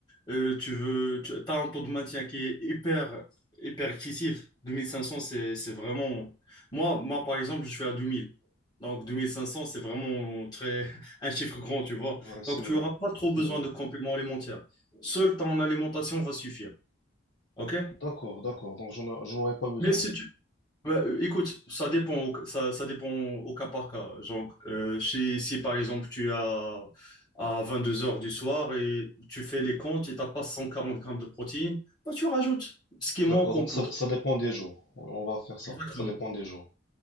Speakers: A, on the left (about 20°); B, on the left (about 60°).
A: Euh, tu veux, tu as un taux de maintien qui est hyper, hyper excessif. 2500, c'est, c'est vraiment. Moi, moi, par exemple, je suis à 2000. Donc, 2500, c'est vraiment très, <laughs> un chiffre grand, tu vois.
B: Ouais, c'est
A: Donc,
B: vrai.
A: tu n'auras pas trop
B: C'est
A: besoin
B: vrai.
A: de compléments alimentaires. Seul ton alimentation va suffire. OK?
B: D'accord, d'accord. Donc, j'en a- j'en aurais pas besoin.
A: Mais si Ouais, euh, écoute, ça dépend, au- ça, ça dépend au cas par cas. Genre, euh, si, si par exemple tu as à 22 heures du soir et tu fais les comptes et tu n'as pas 140 grammes de protéines, bah, tu rajoutes ce qui manque
B: D'accord,
A: en
B: donc
A: poudre.
B: ça, ça dépend des jours. On va faire ça.
A: Exactement.
B: Ça dépend des jours.